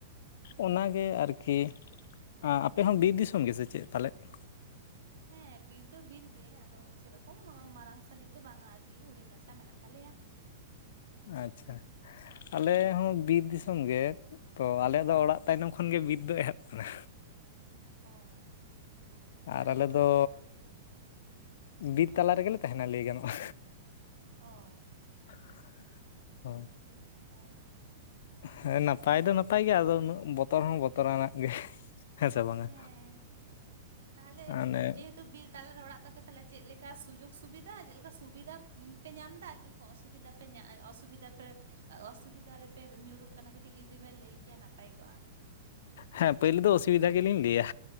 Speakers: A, on the left; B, on the right.
A: ᱚᱱᱟᱜᱮ ᱟᱨᱠᱤ ᱟᱯᱮ ᱦᱚᱸ ᱵᱤᱨ ᱫᱤᱥᱚᱢ ᱜᱮ ᱥᱮᱪᱮᱫ ᱯᱟᱞᱮᱫ
B: ᱦᱮᱸ ᱵᱤᱨ ᱫᱚ ᱵᱤᱨ ᱜᱮ ᱟᱫᱚ ᱥᱮᱨᱚᱠᱚᱢ ᱢᱟᱨᱟᱝ ᱥᱟᱹᱦᱤᱡ ᱫᱚ ᱵᱟᱝᱟ ᱟᱨᱠᱤ ᱦᱩᱰᱤᱧ ᱢᱟᱪᱷᱟ ᱢᱮᱱᱟᱜ ᱛᱟᱞᱮᱭᱟ
A: ᱟᱪᱪᱷᱟ ᱟᱞᱮ ᱦᱚᱸ ᱵᱤᱨ ᱫᱤᱥᱚᱢ ᱜᱮ ᱛᱚ ᱟᱞᱮ ᱫᱚ ᱚᱲᱟᱜ ᱛᱟᱭᱱᱚᱢ ᱠᱷᱚᱱᱜᱮ ᱵᱤᱨ ᱫᱚ ᱮᱦᱚᱵ ᱟᱠᱟᱱᱟ
B: ᱚ ᱢᱟᱱᱮ
A: ᱟᱨ ᱟᱞᱮ
B: ᱦᱚᱸ
A: ᱫᱚ
B: ᱟᱯᱮ ᱦᱮᱸ
A: ᱵᱤᱨ ᱛᱟᱞᱟ ᱨᱮᱜᱮᱞᱮ ᱛᱟᱦᱮᱱᱟ ᱞᱟᱹᱭ ᱜᱟᱱᱚᱜᱼᱟ
B: ᱚ
A: <inaudible> ᱚ
B: ᱟᱹᱰᱤ ᱱᱟᱯᱟᱭ
A: ᱦᱮᱸ ᱱᱟᱯᱟᱭ ᱫᱚ ᱱᱟᱯᱟᱭ ᱜᱮ ᱟᱫᱚ ᱩᱱᱟᱹᱜ ᱵᱚᱛᱚᱨ ᱦᱚᱸ ᱵᱚᱛᱚᱨ ᱟᱱᱟᱜ ᱜᱮ ᱦᱮᱸ ᱥᱮ ᱵᱟᱝᱟ
B: ᱦᱮᱸ ᱛᱟᱦᱚᱞᱮ
A: ᱢᱟᱱᱮ
B: ᱡᱮᱦᱮᱛᱩ ᱵᱤᱨ ᱛᱟᱞᱟᱨᱮ ᱚᱲᱟᱜ ᱛᱟᱯᱮ ᱛᱟᱦᱮᱞᱮ ᱪᱮᱫ ᱞᱮᱠᱟ ᱥᱩᱡᱳᱜᱽ ᱥᱩᱵᱤᱫᱷᱟ ᱪᱮᱫ ᱞᱮᱠᱟ ᱥᱩᱵᱤᱫᱷᱟ ᱯᱮ ᱧᱟᱢ ᱮᱫᱟ ᱪᱮᱫ ᱚᱥᱩᱵᱤᱫᱟ ᱯᱮ ᱧᱟᱢ ᱚᱥᱩᱵᱤᱫᱟ ᱯᱮ ᱚᱥᱩᱵᱤᱫᱷᱟ ᱨᱮᱯᱮ ᱧᱩᱨᱩᱜ ᱠᱟᱱᱟ ᱠᱟᱹᱴᱤᱡ ᱡᱩᱫᱤ ᱵᱮᱱ ᱞᱟᱹᱭ ᱠᱮᱭᱟ ᱱᱟᱯᱟᱭ ᱠᱚᱜᱼᱟ
A: ᱦᱮᱸ ᱯᱳᱭᱞᱳ ᱫᱚ ᱚᱥᱩᱵᱤᱫᱷᱟ ᱜᱮᱞᱤᱧ ᱞᱟᱹᱭᱟ